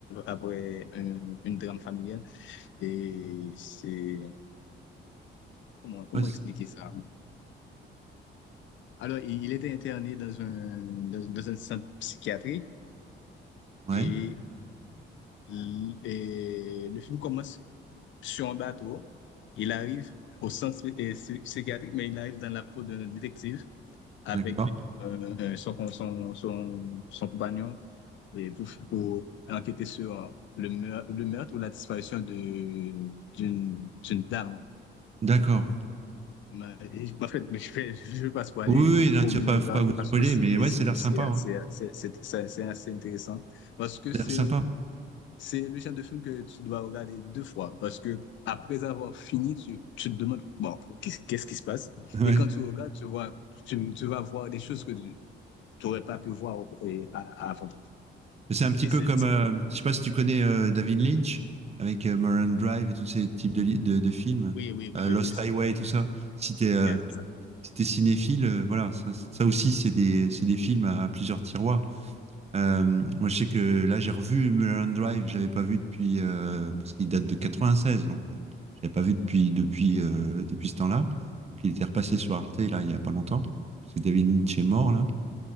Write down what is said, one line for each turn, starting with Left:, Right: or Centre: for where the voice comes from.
Left: après un- une drame familiale et c'est comment comment
Right: passe.
Left: expliquer ça? Alors, il, il était interné dans un dans, dans un centre psychiatrique
Right: Ouais,
Left: et Mhm. Et le film commence sur un bateau. Il arrive au centre euh, psy- psychiatrique, mais il arrive dans la peau d'un détective avec
Right: d'accord.
Left: euh, euh, son, con- son, son, son compagnon et pour, pour enquêter sur euh, le meurtre, le meurtre ou la disparition de, d'une, d'une dame.
Right: D'accord.
Left: Mais, en fait, mais je vais, je vais pas spoiler,
Right: Oui, oui,
Left: il
Right: oui,
Left: faut
Right: là, tu
Left: me
Right: vas pas,
Left: regarder
Right: faut pas vous
Left: parce
Right: spoiler,
Left: que c'est
Right: mais ouais,
Left: c'est-
Right: ça a l'air
Left: c'est
Right: sympa.
Left: assez,
Right: hein.
Left: c'est c'est- c'est- c'est assez intéressant. Parce
Right: Ça
Left: que c'est
Right: a l'air sympa. <laughs>
Left: c'est le genre de film que tu dois regarder deux fois parce que après avoir fini, tu, tu te demandes, bon, qu'est-ce qu'est-ce qui se passe?
Right: Ouais.
Left: Et quand tu regardes, tu vois, tu, tu vas voir des choses que tu n'aurais pas pu voir au- et- à- avant.
Right: C'est un petit
Left: Et
Right: peu
Left: c'est,
Right: comme, euh, je sais pas si tu connais euh, David Lynch avec euh, Mulholland Drive et tous ces types de, li- de, de films,
Left: oui, oui, oui,
Right: euh,
Left: oui,
Right: Lost
Left: oui, c'est
Right: Highway, tout ça. Si t'es euh,
Left: il c'est ça.
Right: si t'es cinéphile, euh, voilà, ça, ça aussi, c'est des, c'est des films à plusieurs tiroirs. Euh, moi, je sais que là, j'ai revu Mulholland Drive, je l'avais pas vu depuis, euh, parce qu'il date de 96, donc euh, je l'avais pas vu depuis, depuis, euh, depuis ce temps-là. Donc, il était repassé sur Arte, là, il y a pas longtemps, parce que David Lynch est mort, là.